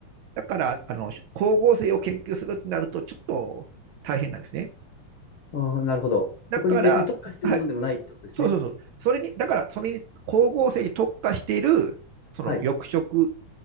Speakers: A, on the right (about 70°); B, on the left (about 60°).
A: だから、あの、光合成を研究するってなると、ちょっと大変なんですね。
B: うん、なるほど。
A: だから、
B: そこに別に特化してるもんでもないってことですね。
A: はい、そうそうそう。それに、だから、それに光合成に特化している、その緑色
B: はい。